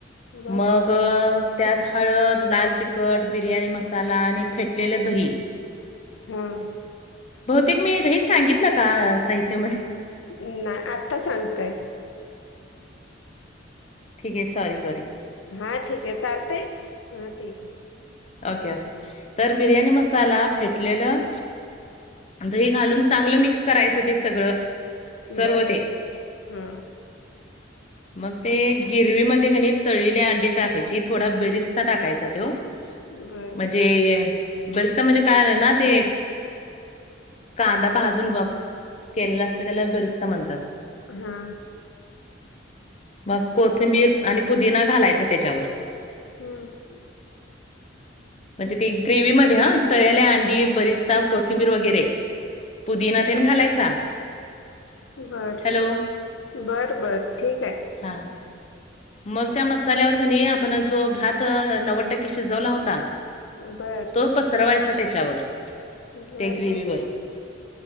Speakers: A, on the left (about 75°); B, on the left (about 35°).
A: बरं
B: मग त्यात हळद, लाल तिखट, बिर्याणी मसाला आणि फेटलेलं दही.
A: हम्म.
B: बहतेक मी दही सांगितलं का? साहित्यामध्ये.
A: नाही आत्ता सांगतय
B: ठीक आहे सॉरी सॉरी
A: हा ठीक आहे चालते हा ठीक आहे
B: ओके ओके तर बिर्याणी मसाला फेटलेलं दही घालून चांगलं मिक्स करायचं ते सगळं सर्व
A: बरं
B: ते
A: हा
B: मग ते गिरवीमध्ये कणी तळेली अंडी टाकायची थोडा बेरिस्ता टाकायचा तो
A: बरं
B: म्हणजे बरस म्हणजे काळालं ना ते कांदा पाजून ब केला असते त्याला बिरस्ता म्हणतात
A: हा
B: मग कोथिंबीर आणि पुदिना घालायच त्याच्यावर
A: हम्म
B: म्हणजे ते ग्रेवी मध्ये ह तळल्या अंडी बरीच कोथिंबीर वगैरे पुदीिनातेन घालायचा
A: बर
B: हॅलो
A: बरं बर ठीक आहे
B: हा मग त्या मसाल्यावर नाही आपण जो भात नव्वद टक्के शिजवला होता
A: बरं
B: तो पसरवायचा त्याच्यावर
A: बरं
B: ते ग्रेव्हीवर
A: बर